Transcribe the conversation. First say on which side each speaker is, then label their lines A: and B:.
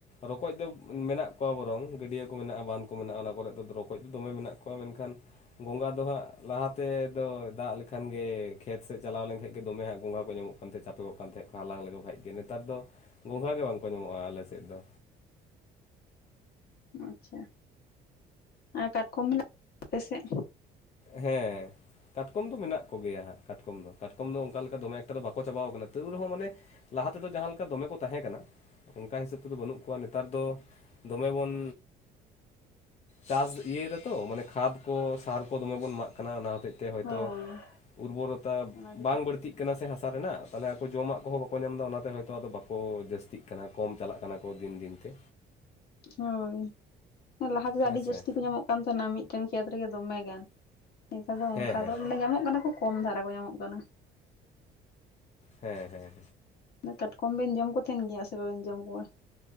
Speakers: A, on the left (about 40°); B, on the left (about 65°).
A: ᱨᱚᱠᱚᱡ ᱫᱚ ᱢᱮᱱᱟᱜ ᱠᱚᱣᱟ ᱵᱚᱨᱚᱝ ᱜᱟᱹᱰᱭᱟᱹ ᱠᱚ ᱢᱮᱱᱟᱜᱼᱟ ᱵᱟᱸᱫᱷ ᱠᱚ ᱢᱮᱱᱟᱜᱼᱟ ᱚᱱᱟ ᱠᱚᱨᱮᱫ ᱫᱚ ᱨᱚᱠᱚᱡ ᱫᱚ ᱫᱚᱢᱮ ᱢᱮᱱᱟᱜ ᱠᱚᱣᱟ ᱢᱮᱱᱠᱷᱟᱱ ᱜᱚᱸᱜᱟ ᱫᱚ ᱦᱟᱸᱜ ᱞᱟᱦᱟ ᱛᱮ ᱫᱚ ᱫᱟᱜ ᱞᱮᱠᱷᱟᱱ ᱜᱮᱭ ᱠᱷᱮᱛ ᱥᱮᱫ ᱪᱟᱞᱟᱣ ᱞᱮᱱᱠᱷᱟᱡ ᱜᱮ ᱫᱚᱢᱮ ᱦᱟᱸᱜ ᱜᱚᱸᱜᱷᱟ ᱠᱚ ᱧᱟᱢᱚᱜ ᱠᱟᱱ ᱛᱟᱦᱮᱸᱫ ᱪᱟᱯᱮ ᱠᱚᱜ ᱠᱟᱱ ᱛᱟᱦᱮᱸᱫ ᱠᱚ ᱦᱟᱞᱟᱝ ᱞᱮᱠᱚ ᱠᱷᱟᱡ ᱜᱮ, ᱱᱮᱛᱟᱨ ᱫᱚ ᱜᱚᱸᱜᱷᱟ ᱜᱮ ᱵᱟᱝ ᱠᱚ ᱧᱟᱢᱚᱜᱼᱟ ᱟᱞᱮ ᱥᱮᱫ ᱫᱚ᱾
B: ᱟᱪᱪᱷᱟ ᱟᱨ ᱠᱟᱴᱠᱚᱢ ᱢᱮᱱᱟᱜ ᱟᱯᱮ ᱥᱮᱜ?
A: ᱦᱮᱸᱻ᱾ ᱠᱟᱴᱠᱚᱢ ᱫᱚ ᱢᱮᱱᱟᱜ ᱠᱚ ᱜᱮᱭᱟ ᱦᱟᱸᱜ ᱠᱟᱴᱠᱚᱢ ᱫᱚ, ᱠᱟᱴᱠᱚᱢ ᱫᱚ ᱚᱝᱠᱟ ᱞᱮᱠᱟ ᱫᱚᱢᱮ ᱮᱠᱴᱟ ᱫᱚ ᱵᱟᱠᱚ ᱪᱟᱵᱟᱣ ᱠᱟᱱᱟ᱾ ᱛᱟᱹᱣ ᱨᱮᱦᱚᱸ ᱢᱟᱱᱮ ᱞᱟᱦᱟ ᱛᱮᱫᱚ ᱡᱟᱦᱟᱸ ᱞᱮᱠᱟ ᱫᱚᱢᱮ ᱠᱚ ᱛᱟᱦᱮᱸ ᱠᱟᱱᱟ᱾ ᱚᱝᱠᱟ ᱦᱤᱥᱟᱹᱵ ᱛᱮᱫᱚ ᱵᱟᱹᱱᱩᱜ ᱠᱚᱣᱟ, ᱱᱮᱛᱟᱨ ᱫᱚ ᱫᱚᱢᱮ ᱵᱚᱱ ᱪᱟᱥ ᱤᱭᱟᱹᱭᱮᱫᱟ ᱛᱚ ᱢᱟᱱᱮ ᱠᱷᱟᱫᱽ ᱠᱚ ᱥᱟᱨ ᱠᱚ ᱫᱚᱢᱮ ᱵᱚᱱ ᱮᱢᱟᱜ ᱠᱟᱱᱟ ᱚᱱᱟ ᱦᱚᱛᱮᱡ ᱛᱮ ᱦᱚᱭᱛᱚ
B: ᱦᱳᱭ
A: ᱩᱨᱵᱚᱨᱚᱛᱟ
B: ᱚᱱᱟ
A: ᱵᱟᱝ
B: ᱠᱚᱜᱮ᱾
A: ᱵᱟᱹᱲᱛᱤᱜ ᱠᱟᱱᱟ ᱥᱮ ᱦᱟᱥᱟ ᱨᱮᱱᱟᱜ ᱛᱟᱦᱞᱮ ᱟᱠᱚ ᱡᱚᱢᱟᱜ ᱠᱚᱦᱚᱸ ᱵᱟᱠᱚ ᱧᱟᱢ ᱮᱫᱟ ᱚᱱᱟᱛᱮ ᱦᱚᱭᱛᱚ ᱟᱫᱚ ᱵᱟᱠᱚ ᱡᱟᱹᱥᱛᱤᱜ ᱠᱟᱱᱟ᱾ ᱠᱚᱢ ᱪᱟᱞᱟᱜ ᱠᱟᱱᱟ ᱠᱚ ᱫᱤᱱ ᱫᱤᱱ ᱛᱮ᱾
B: ᱦᱳᱸᱭ ᱞᱟᱦᱟ ᱛᱮᱫᱚ
A: ᱦᱮᱸ
B: ᱟᱹᱰᱤ
A: ᱥᱮ
B: ᱡᱟᱹᱥᱛᱤ ᱠᱚ ᱧᱟᱢᱚᱜ ᱠᱟᱱ ᱛᱟᱦᱮᱱᱟ ᱢᱤᱫᱴᱮᱱ ᱠᱷᱮᱛ ᱨᱮᱜᱮ ᱫᱚᱢᱮ ᱜᱟᱱ, ᱱᱮᱛᱟᱨ ᱫᱚ
A: ᱦᱮᱸ
B: ᱚᱱᱠᱟ
A: ᱦᱮᱸ
B: ᱫᱚ ᱢᱟᱱᱮ ᱧᱟᱢᱚᱜ ᱠᱟᱱᱟ ᱠᱚ ᱠᱚᱢ ᱫᱷᱟᱨᱟ ᱠᱚ ᱧᱟᱢᱚᱜ ᱠᱟᱱᱟ᱾
A: ᱦᱮᱸ ᱦᱮᱸ᱾
B: ᱠᱟᱴᱠᱚᱢ ᱵᱮᱱ ᱡᱚᱢ ᱠᱚ ᱛᱟᱦᱮᱱ ᱜᱮᱭᱟ ᱥᱮ ᱵᱟᱵᱮᱱ ᱡᱚᱢ ᱠᱚᱣᱟ?